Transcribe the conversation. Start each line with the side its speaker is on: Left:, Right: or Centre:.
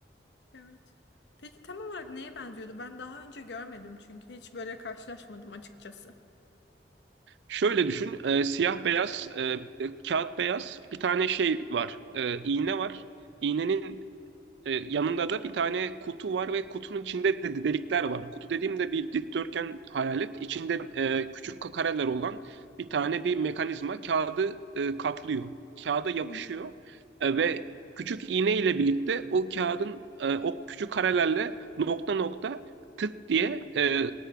Left: Evet. Peki tam olarak neye benziyordu? Ben daha önce görmedim çünkü hiç böyle karşılaşmadım açıkçası.
Right: Şöyle düşün, e, siyah beyaz, e, e, kağıt beyaz bir tane şey var, e, iğne var. İğnenin e, yanında da bir tane kutu var ve kutunun içinde de delikler var. Kutu dediğimde bir dikdörtgen hayal et. İçinde e, küçük kareler olan bir tane bir mekanizma kağıdı e, kaplıyor. Kağıda yapışıyor
Left: Hı
Right: E, ve küçük iğne ile birlikte o kağıdın e, o küçük karelerle nokta nokta tık diye e,